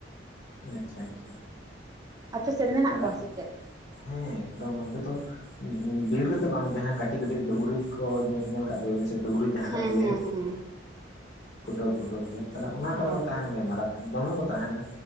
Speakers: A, on the left; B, on the right.
A: ᱟᱪᱪᱷᱟ ᱟᱪᱪᱷᱟ
B: ᱟᱯᱮ ᱥᱮᱫ ᱢᱮᱱᱟᱜ
A: ᱛᱟᱦᱚᱞᱮ
B: ᱠᱚᱣᱟ ᱥᱮᱪᱮᱫ
A: ᱦᱮᱸ ᱮᱠᱫᱚᱢ ᱱᱚᱛᱮ ᱫᱚ ᱵᱤᱨ ᱨᱮᱫᱚ ᱵᱟᱝ ᱡᱟᱦᱟᱸ ᱠᱟᱹᱴᱤᱡ ᱠᱟᱹᱴᱤᱡ ᱰᱩᱝᱨᱤ ᱠᱚ ᱧᱮ ᱧᱮᱞ ᱠᱟᱜ ᱜᱮᱵᱮᱱ ᱥᱮ ᱰᱩᱝᱨᱤ ᱡᱟᱦᱟᱸᱴᱟᱜ
B: ᱦᱮᱸ
A: ᱠᱚ ᱞᱟᱹᱭᱟ
B: ᱦᱮᱸ ᱦᱮᱸ
A: ᱠᱩᱴᱩᱨ ᱠᱩᱴᱩᱨ ᱜᱮᱭᱟ ᱛᱟᱦᱚᱞᱮ ᱚᱱᱟ ᱠᱚᱨᱮ
B: ᱦᱳᱭ
A: ᱠᱚ ᱛᱟᱦᱮᱱ ᱜᱮᱭᱟ ᱢᱟᱨᱟᱜ ᱫᱚᱢᱮ ᱠᱚ ᱛᱟᱦᱮᱱᱟ